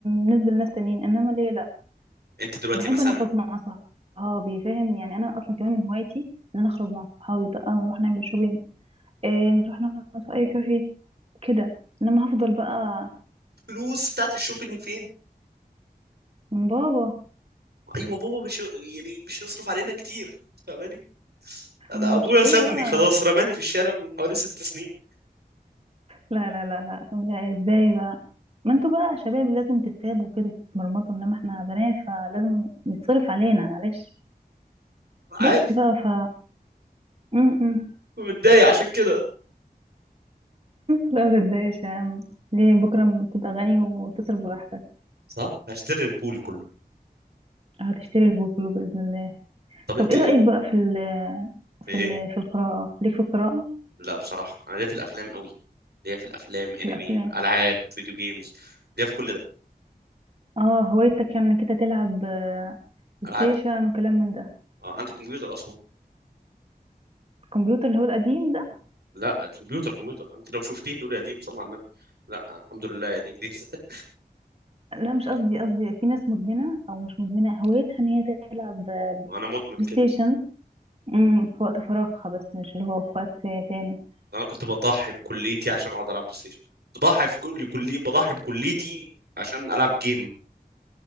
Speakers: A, on the right; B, on the right.
A: بالنسبة لناس تانيين انما ليا لا
B: انت دلوقتي
A: بحب
B: مثلا
A: انا اخرج مع صحابي فاهم يعني انا اصلا كمان من هوايتي ان انا اخرج مع صحابي بقى ونروح نعمل شوبينج إيه نروح نقعد في اي كافيه كده انما هفضل بقى
B: الفلوس بتاعت الشوبينج فين
A: من بابا
B: ايوه بابا مش يعني مش يصرف علينا كتير فاهماني أنا
A: ما
B: ابويا
A: هو مش كده
B: سابني
A: بقى
B: خلاص رماني في الشارع من حوالي ست سنين
A: لا لا لا لا يا ازاي بقى ما انتوا بقى شباب لازم تتسابوا كده تتمرمطوا انما احنا بنات فلازم يتصرف علينا معلش
B: عارف
A: بس بقى ف م- م.
B: متضايق عشان كده
A: لا ما تتضايقش يا عم ليه بكرة تبقى غني وتصرف براحتك
B: صح هشتري البول كله
A: هتشتري البوكلو بإذن الله
B: طب انت
A: طب ايه
B: إيه؟
A: رأيك بقى في ال
B: في ايه
A: في ال في القراءة ليك في القراءة
B: لا بصراحه انا ليا في الافلام قوي ليا في الافلام انمي
A: في الأفلام
B: العاب فيديو جيمز ليا في كل ده
A: اه هوايتك يعني انك انت تلعب آه، بلاي
B: العاب
A: ستيشن وكلام من ده
B: آه، عندك كمبيوتر اصلا
A: الكمبيوتر اللي هو القديم ده
B: لا الكمبيوتر كمبيوتر انت لو شفتيه تقولي يا دي صلى على النبي لا الحمد لله يعني جديد <laughs>
A: لا مش قصدي قصدي في ناس مدمنة أو مش مدمنة هوايتها إن هي تلعب بلاي
B: وانا مدمن كده
A: ستيشن أمم، في وقت فراغها بس مش اللي هو في وقت تاني
B: انا كنت بضحي بكليتي عشان اقعد العب بلاي ستيشن بضحي في كل كلي بضحي بكليتي عشان العب جيم